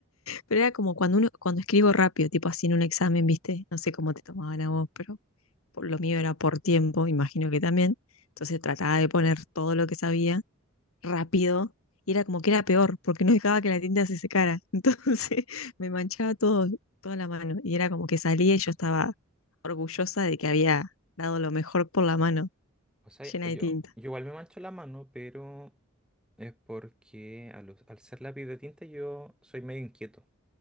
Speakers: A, on the left; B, in the centre.
A: Pero era como cuando uno, cuando escribo rápido, tipo así en un examen, ¿viste? No sé cómo te tomaban a vos, pero por lo mío era por tiempo, imagino que también. Entonces trataba de poner todo lo que sabía rápido y era como que era peor, porque no dejaba que la tinta se secara. <laughs> Entonces me manchaba todo, toda la mano y era como que salía y yo estaba orgullosa de que había dado lo mejor por la mano,
B: O sea,
A: llena
B: yo,
A: de
B: yo
A: tinta.
B: igual me mancho la mano, pero es porque a los- al ser lápiz de tinta yo soy medio inquieto.